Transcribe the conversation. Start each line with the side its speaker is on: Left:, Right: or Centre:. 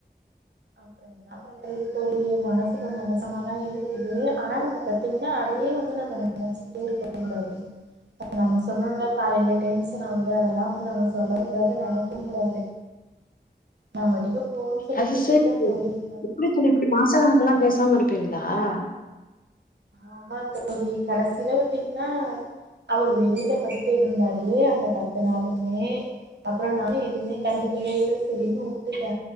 Right: அப்புற என்ன பண்றது தோழி மனசுக்கு கொஞ்சோ மோசமதா இருந்தது ஆனா நம்ம பாத்தீங்கன்னா அதயே வந்து நம்ம நெனைச்சுகிட்டே இருக்க கூடாது நம்ம சொன்னோம்ல காலையிலயே டென்ஷன் ஆவுது அதெல்லா வந்து நம்ம சொல்ல கூடாது நெனைக்கவு கூடாது
Left: <inaudible>
Right: நாம பாட்டுக்கு போன்னு சொல்லிட்டு
Left: அது
Right: விட்டுட்டேன்
Left: சேரி தோழி
Right: நம்ம
Left: எப்டி தோழி இப்டி மாசக்கணக்கெல்லா பேசாம இருப்பீங்களா ஆஹ்
Right: ஆமா தோழி கடைசியில பத்தீங்கன்னா அவரு வெளில படுத்து இருந்தாரு அந்த பத்து நாளுமே அப்புற நானு எதுவுமே கண்டுக்கவே இல்ல சேரின்னு வுட்டுட்ட